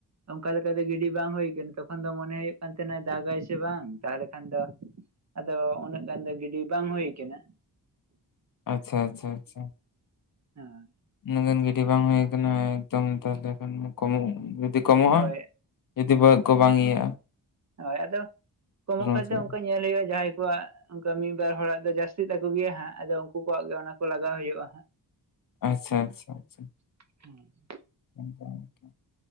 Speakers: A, on the right; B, on the left.
A: ᱚᱱᱠᱟ ᱞᱮᱠᱟ ᱫᱟ ᱜᱤᱰᱤ ᱵᱟᱝ ᱦᱩᱭᱠ ᱛᱚᱠᱷᱚᱱ ᱫᱚ ᱛᱚᱠᱷᱟᱱ ᱫᱚ ᱢᱚᱱᱮ ᱦᱩᱭᱩᱜ ᱠᱟᱱ ᱛᱟᱦᱮᱱᱟᱭ ᱫᱟᱜᱟᱭ ᱥᱮ ᱵᱟᱝ᱾ ᱛᱟᱦᱞᱮ ᱠᱷᱟᱱ ᱫᱚ ᱟᱫᱚ ᱩᱱᱟᱹᱜ ᱜᱟᱱ ᱫᱚ ᱡᱩᱫᱤ ᱵᱟᱝ ᱦᱩᱭ ᱠᱟᱱᱟ᱾
B: ᱟᱪᱪᱷᱟ ᱟᱪᱪᱷᱟ ᱟᱪᱪᱷᱟ᱾
A: ᱦᱮᱸ᱾
B: ᱩᱱᱟᱹᱜ ᱜᱟᱱ ᱜᱤᱰᱤ ᱵᱟᱝ ᱦᱩᱭ ᱠᱟᱱᱟ ᱮᱠᱫᱚᱢ ᱛᱟᱦᱚᱞᱮ ᱠᱷᱟᱱ ᱫᱚ ᱠᱚᱢᱚᱜ ᱡᱩᱫᱤ ᱠᱚᱢᱚᱜᱼᱟ
A: ᱦᱳᱭ
B: ᱡᱩᱫᱤ ᱵᱟᱫᱽ ᱠᱚ ᱵᱟᱝ ᱤᱭᱟᱹᱜ-ᱟ᱾
A: ᱦᱳᱭ ᱟᱫᱚ ᱠᱚᱢᱚᱜ ᱠᱷᱟᱡ
B: ᱩᱛᱟᱹᱨᱚᱜᱼᱟ᱾
A: ᱫᱚ ᱚᱱᱠᱟ ᱧᱮᱞ ᱦᱩᱭᱩᱜᱼᱟ ᱡᱟᱦᱟᱸᱭ ᱠᱚᱣᱟᱜ᱾ ᱚᱱᱠᱟ ᱢᱤᱫ ᱵᱟᱨ ᱦᱚᱲᱟᱜ ᱫᱚ ᱡᱟᱹᱥᱛᱤᱜ ᱛᱟᱠᱚ ᱜᱮᱭᱟ ᱦᱟᱸᱜ᱾ ᱟᱫᱚ ᱩᱱᱠᱩ ᱠᱚᱣᱟᱜ ᱜᱮ ᱚᱱᱟ ᱠᱚ ᱞᱟᱜᱟᱣ ᱦᱩᱭᱩᱟᱜ ᱦᱟᱸᱜ᱾
B: ᱟᱪᱪᱷᱟ ᱟᱪᱪᱷᱟ ᱟᱪᱪᱷᱟ᱾᱾
A: <inaudible>
B: <inaudible>